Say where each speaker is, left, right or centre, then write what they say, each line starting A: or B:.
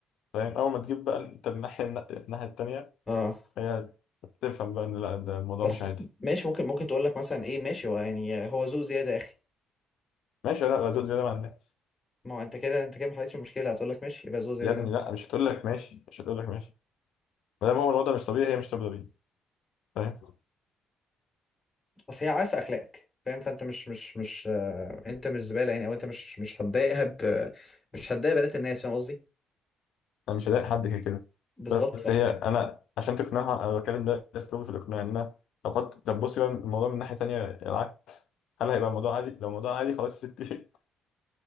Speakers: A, on the left (about 75°); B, on the left (about 20°).
A: فاهم اول ما تجيب بقى انت الناحيه الناحيه التانيه
B: اه
A: هي تفهم بقى ان لا ده الموضوع
B: بس
A: مش عادي
B: ماشي ممكن ممكن تقول لك مثلا ايه ماشي هو يعني هو ذوق زياده يا اخي
A: ماشي انا ابقى زود زياده مع الناس
B: ما هو انت كده انت كده ما حلتش المشكله هتقول لك ماشي يبقى ذوق زياده
A: يا ابني لا مش هتقول لك ماشي مش هتقول لك ماشي ما دام هو الوضع مش طبيعي هي مش طبيعي بيه فاهم
B: اصل هي عارفه اخلاقك فاهم فانت مش مش مش آه، انت مش زباله يعني او انت مش مش هتضايقها ب... مش هتضايق بنات الناس فاهم قصدي
A: انا مش هضايق حد كده كده
B: بالظبط
A: بس
B: ف...
A: هي انا عشان تقنعها انا بتكلم ده ده اسلوبي في الاقناع ان انا طب حط طب بصي بقى الموضوع من ناحيه تانيه العكس هل هيبقى الموضوع عادي لو الموضوع عادي خلاص يا ستي <laughs>